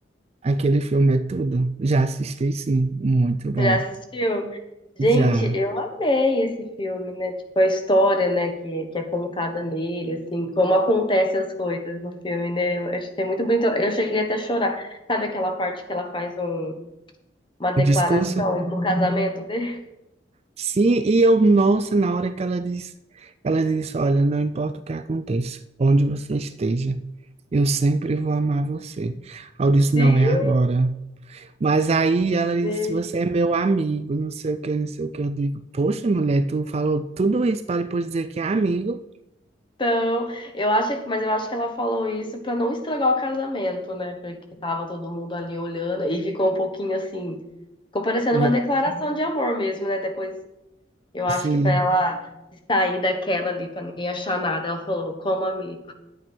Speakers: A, on the right (about 35°); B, on the left (about 25°).
A: aquele filme é tudo. Já assisti, sim. Muito bom.
B: você já assistiu? Gente,
A: Já.
B: eu amei esse filme, né? Tipo, a história, né, que, que é contada nele, assim, como acontecem as coisas no filme, né? Eu achei muito bonito. Eu cheguei até a chorar. Sabe aquela parte que ela faz um- uma declaração
A: O discurso
B: do casamento dele?
A: Sim, e eu, nossa, na hora que ela disse, ela disse, olha, não importa o que aconteça, onde você esteja, eu sempre vou amar você. Aí eu disse,
B: <laughs>
A: não é agora. Mas aí ela disse,
B: Sim.
A: você é meu amigo, não sei o que, não sei o que. Eu digo, poxa, mulher, tu falou tudo isso para depois dizer que é amigo?
B: Então, eu acho, mas eu acho que ela falou isso pra não estragar o casamento, né? Porque tava todo mundo ali olhando e ficou um pouquinho assim Ficou parecendo
A: Le-
B: uma declaração de amor mesmo, né? Depois, eu acho
A: Sim.
B: que pra ela se sair daquela ali, pra ninguém achar nada, ela falou, como amigo.